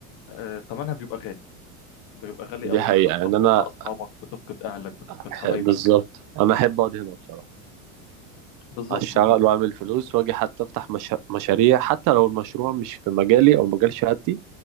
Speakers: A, on the left (about 60°); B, on the right (about 50°).
A: آه، ثمنها بيبقى غالي بيبقى غالي
B: دي
A: قوي
B: حقيقة
A: انت بتفقد
B: يعني أنا
A: بقى اصحابك بتفقد اهلك بتفقد
B: أح-
A: حبايبك
B: بالظبط أنا أحب أقعد هنا بصراحة
A: بالظبط
B: أشتغل وأعمل فلوس وأجي حتى أفتح مش... مشاريع حتى لو المشروع مش في مجالي أو مجال شهادتي